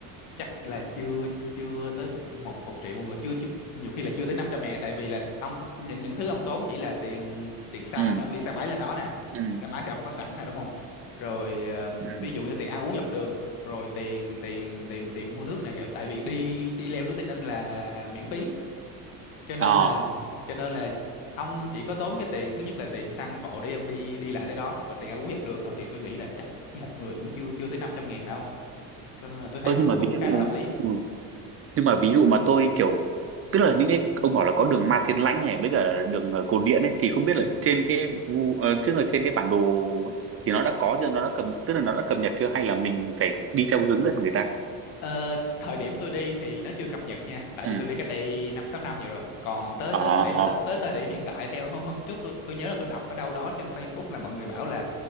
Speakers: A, on the left; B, on the right.
A: chắc là chưa chưa, chưa tới một một một triệu một người chưa, chưa nhiều khi là chưa tới 500 ngàn tại vì là ông những những thứ ông tốn chỉ là tiền tiền xăng
B: ừ
A: ông đi xe máy lên đó nè
B: ừ
A: xe máy thì ông có sẵn nè đúng không rồi ờ,
B: ừ
A: ví dụ như tiền ăn uống dọc đường rồi tiền tiền tiền tiền mua nước này tại vì đi đi leo núi Tây Ninh là miễn phí cho nên
B: ờ
A: là cho nên là ông chỉ có tốn cái tiền thứ nhất là tiền xăng cộ đi ông đi đi lại tới đó và tiền ăn uống dọc đường thôi thì tôi nghĩ là chắc một người cũng chưa chưa tới 500 ngàn đâu cho nên là tôi thấy
B: ơ
A: nó
B: nhưng
A: nó
B: mà
A: cũng
B: ví
A: khá
B: dụ
A: là hợp lý
B: ừ. nhưng mà ví dụ mà tôi kiểu tức là những cái ông bảo là có đường Ma Thiên Lãnh này với cả đường ờ, Cột Điện ấy thì không biết
A: Ừ.
B: là trên cái Gu- ờ, tức là trên cái bản đồ thì nó đã có chưa nó đã cầm tức là nó đã cập nhật chưa hay là mình phải đi theo hướng dẫn người ta
A: Ờ, thời điểm tôi đi thì nó chưa cập nhật nha, tại
B: ừ
A: vì tôi đi cách đây năm sáu năm vậy rồi. Còn tới
B: ờ
A: tới thời điểm tới, tới thời điểm hiện tại theo hôm hôm trước tôi tôi nhớ là tôi đọc ở đâu đó trên Facebook là mọi người bảo là